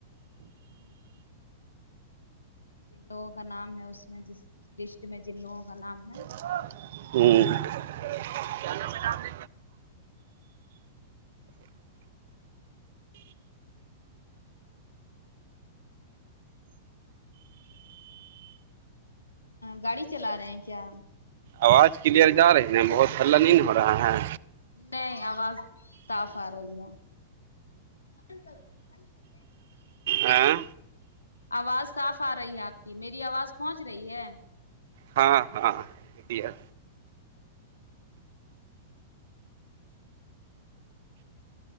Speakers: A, on the left; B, on the right.
A: ہوں جن لوگوں کا نام ہے اس میں جس اس لسٹ میں جن لوگوں کا نام ہے
B: <inaudible> ہوں کیا نام میں رام د
A: گاڑی چلا رہے ہیں کیا
B: آواز کلیئر جا رہی ن بہت ہلہ نہیںین ہو رہا ہے
A: نہیں آواز تاف آ رہی ہے اپن کرتے اپن کرتے
B: ہاں
A: آواز صاف آ رہی ہے آپ کی میری آواز پہنچ رہی ہے
B: ہاں ہاں ایا